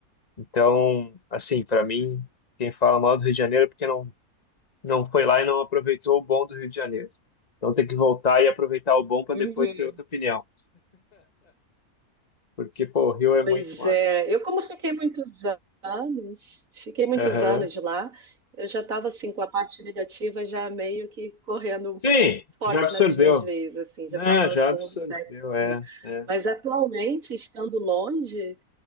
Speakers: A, on the left; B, on the right.
A: Então, assim, para mim, quem fala mal do Rio de Janeiro é porque não, não foi lá e não aproveitou o bom do Rio de Janeiro. Então tem que voltar e aproveitar o bom para
B: Uhum.
A: depois ter outra opinião, porque, pô, o Rio é
B: Pois
A: muito massa.
B: é, eu como fiquei muitos anos, fiquei muitos
A: Aham.
B: anos lá, eu já estava assim com a parte negativa já meio que correndo
A: Sim,
B: forte
A: já absorveu.
B: nas minhas veias, assim, já
A: né
B: estava
A: já
B: com
A: absorveu,
B: o back,
A: é,
B: assim.
A: é.
B: Mas atualmente, estando longe